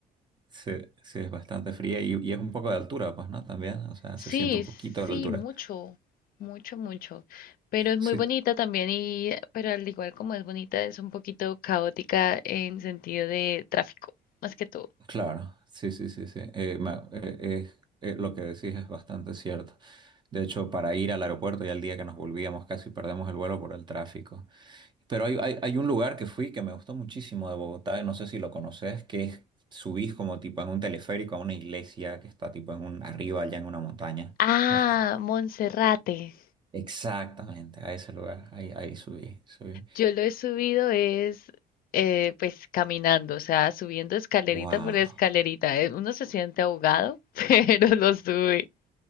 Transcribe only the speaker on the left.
Sí,
sí,
mucho, mucho, mucho. Pero es
muy bonita también y, pero al igual como es bonita, es un poquito caótica en sentido de tráfico, más que todo.
Ah,
Monserrate.
Yo lo he subido es, eh, pues caminando, o sea, subiendo escalerita
por escalerita. Eh, Uno se siente ahogado, <laughs> pero lo sube.